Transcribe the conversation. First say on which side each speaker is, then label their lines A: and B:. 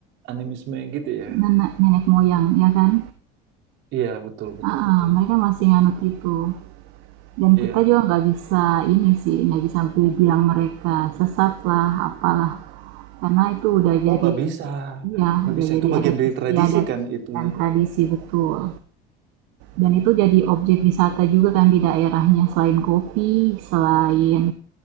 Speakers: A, on the right; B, on the right.
A: Animisme gitu ya.
B: nenek nenek moyang ya kan
A: Iya, betul, betul,
B: Heeh,
A: betul.
B: mereka masih nganut itu. Dan
A: Iya.
B: kita juga nggak bisa ini sih, nggak bisa bi- bilang mereka sesat lah, apalah. Karena itu udah jadi,
A: Oh, nggak bisa.
B: iya,
A: Nggak
B: udah
A: bisa.
B: jadi
A: Itu bagian
B: adat
A: dari
B: istiadat
A: tradisi kan itu.
B: dan tradisi betul.
A: Itu.
B: Dan itu jadi objek wisata juga kan di daerahnya, selain kopi, selain